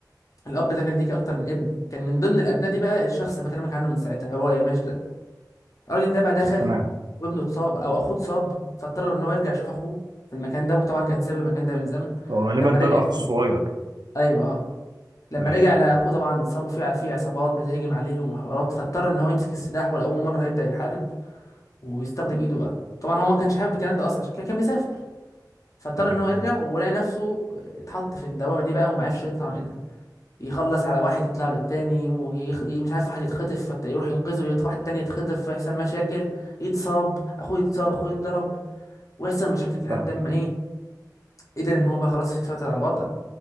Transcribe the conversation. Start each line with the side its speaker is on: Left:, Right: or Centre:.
Left: الاب ده كان ليك اكتر من ابن كان من ضمن الابناء دي بقى الشخص اللي بكلمك عنه من ساعتها هو يا ماجد ده الراجل ده بقى دخل
Right: تمام
Left: وابنه اتصاب او اخوه اتصاب فاضطر ان هو يرجع يشوف اخوه في المكان ده وطبعا كان ساب المكان ده من زمن
Right: هو غالبا
Left: لما
Right: ده
Left: رجع
Right: الاخ الصغير
Left: ايوه اه لما
Right: ماشي
Left: رجع لقى اخوه طبعا متصاب وفي في عصابات بتهجم عليهم وحوارات فاضطر ان هو يمسك السلاح ولاول مره هيبدا يحارب وبيستخدم ايده بقى طبعا هو ما كانش حابب الكلام ده اصلا عشان كده كان مسافر فاضطر
Right: تمام
Left: ان هو يرجع ولقى نفسه اتحط في الدوامه دي بقى وما عرفش يطلع منها يخلص على واحد يطلع له التاني ويخ... ي- مش عارف واحد يتخطف فيروح ينقذه يروح واحد تاني يتخطف فيحصل مشاكل يتصاب اخوه يتصاب اخوه يتضرب ويحصل مشاكل كده لحد
Right: فاهمك
Left: ما ايه قدر ان هو بقى خلاص يسيطر على الوضع